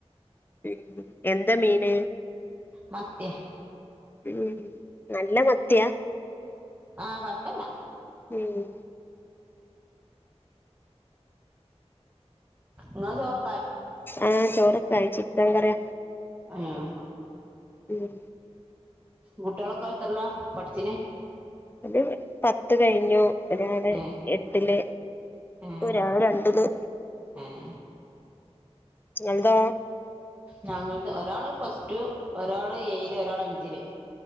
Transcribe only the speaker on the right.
മത്തിയ
ആ കൊയപ്പല്ല
ങ്ങളെ ചോറ്
ആയാ
കുട്ടികളൊക്കെ എത്രേലാ പഠിച്ചിന്
ഏഹ്
ഏഹ്
ഏഹ്
ഞങ്ങൾക്ക് ഒരാള് പ്ലസ് ടു ഒരാള് ഏയില് ഒരാള് അഞ്ചില്